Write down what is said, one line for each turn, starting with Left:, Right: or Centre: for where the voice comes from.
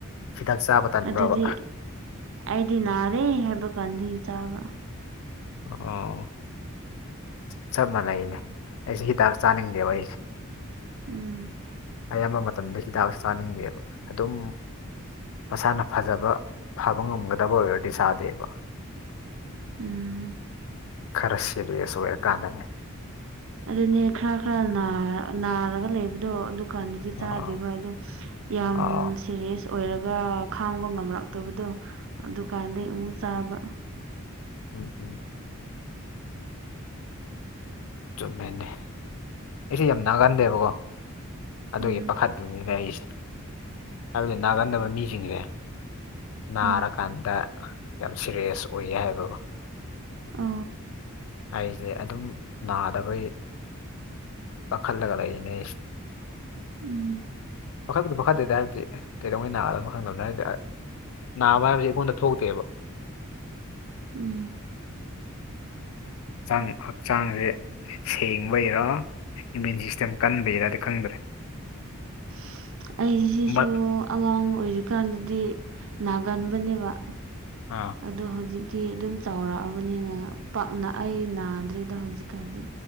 Left: ꯍꯤꯗꯥꯛ ꯆꯥꯕ ꯇꯟꯕ꯭ꯔꯕ
Right: ꯑꯗꯨꯗꯤ ꯑꯩꯗꯤ ꯅꯥꯔꯦ ꯍꯥꯏꯕ ꯒꯙꯤ ꯆꯥꯕ
Left: ꯑꯣ ꯆꯞ ꯃꯥꯟꯅꯩꯅꯦ ꯑꯩꯁꯦ ꯍꯤꯗꯥꯛ ꯆꯥꯅꯤꯡꯗꯦꯕ ꯑꯩꯁꯦ
Right: ꯎꯝ
Left: ꯑꯌꯥꯝꯕ ꯃꯇꯝꯗ ꯍꯤꯗꯥꯛꯁꯨ ꯆꯥꯅꯤꯡꯗꯦꯕ ꯑꯗꯨꯝ ꯃꯁꯥꯅ ꯐꯖꯕ ꯐꯕ ꯉꯝꯒꯗꯕ ꯑꯣꯏꯔꯗꯤ ꯆꯥꯗꯦꯕ
Right: ꯎꯝ
Left: ꯈꯔ ꯁꯤꯏꯔꯤꯌꯁ ꯑꯣꯏꯔ ꯀꯥꯟꯗꯅꯦ
Right: ꯑꯗꯨꯅꯦ ꯈꯔ ꯈꯔ ꯅꯥꯔꯒ ꯂꯩꯕꯗꯣ ꯗꯨꯀꯥꯟꯗꯗꯤ
Left: ꯑꯥ
Right: ꯆꯥꯗꯦꯕ ꯑꯗꯨꯝ ꯌꯥꯝ
Left: ꯑꯥ
Right: ꯁꯤꯏꯔꯤꯌꯁ ꯑꯣꯏꯔꯒ ꯈꯥꯡꯕ ꯉꯝꯂꯛꯇꯕꯗꯣ ꯗꯨꯀꯥꯟꯗꯒꯤꯩ ꯑꯃꯨꯛ ꯆꯥꯕ
Left: ꯎꯝ ꯎꯝ ꯆꯨꯝꯃꯦꯅꯦ ꯑꯩꯁꯦ ꯌꯥꯝ ꯅꯥꯒꯟꯗꯦꯕꯀꯣ ꯑꯗꯨꯒꯤ
Right: ꯎꯝ
Left: ꯄꯥꯈꯠꯂꯤꯅꯤꯕ ꯑꯩꯁꯦ ꯍꯥꯏꯕꯗꯨꯅꯤ ꯅꯥꯒꯟꯟꯅꯗꯕ ꯃꯤꯁꯤꯡꯁꯦ ꯅꯥꯔꯀꯥꯟꯗ
Right: ꯎꯝ
Left: ꯌꯥꯝ ꯁꯤꯏꯔꯤꯌꯁ ꯑꯣꯏꯌꯦ ꯍꯥꯏꯕꯒ
Right: ꯑ
Left: ꯑꯩꯁꯦ ꯑꯗꯨꯝ ꯅꯥꯗꯕꯩ ꯄ ꯈꯜꯂꯒꯂꯏꯅꯦ
Right: ꯎꯝ
Left: ꯄꯥꯈꯠꯄꯗꯨ ꯐꯥꯈꯠꯇꯦ ꯇ ꯍꯥꯏꯕꯗꯤ ꯀꯩꯗꯧꯉꯩ ꯅꯥꯗ ꯈꯪꯗꯕꯅꯣ ꯍꯥꯏꯔꯗꯤ ꯅꯥꯕ ꯍꯥꯏꯕꯁꯤ ꯑꯩꯉꯣꯟꯗ ꯊꯣꯛꯇꯦꯕ
Right: ꯎꯝ
Left: ꯍꯛꯆꯥꯡ ꯍꯛꯆꯥꯡꯁꯦ ꯁꯦꯡꯕꯩꯔꯣ ꯏꯃ꯭ꯌꯨꯟ ꯁꯤꯁꯇꯦꯝ ꯀꯟꯕꯩꯔꯗꯤ ꯈꯪꯗ꯭ꯔꯦ
Right: ꯍ ꯑꯩꯁꯤꯁꯨ
Left: ꯃ-
Right: ꯑꯉꯥꯡ ꯑꯣꯏꯔꯤꯀꯥꯟꯗꯗꯤ ꯅꯥꯒꯟꯕꯅꯦꯕ
Left: ꯑꯥ
Right: ꯑꯗꯣ ꯍꯧꯖꯤꯛ ꯇꯤ ꯑꯗꯨꯝ ꯆꯥꯎꯔꯛꯑꯕꯅꯤꯅ ꯄꯥꯛꯅ ꯑꯩ ꯅꯥꯗ꯭ꯔꯦꯗ ꯍꯧꯖꯤꯛꯀꯥꯟꯗꯤ